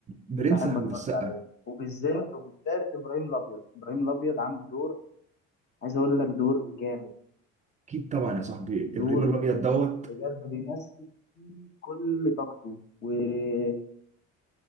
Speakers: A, on the right (about 25°); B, on the left (about 35°).
A: برنس
B: بحب
A: احمد
B: اتفرج
A: السقا
B: عليه. وبالذات وبالذات ابراهيم الابيض ابراهيم الابيض عامل دور عايز اقول لك دور جامد
A: اكيد طبعا يا صاحبي
B: دور
A: ابراهيم الابيض دوت
B: بجد بيمثل فيه كل طاقته والتاني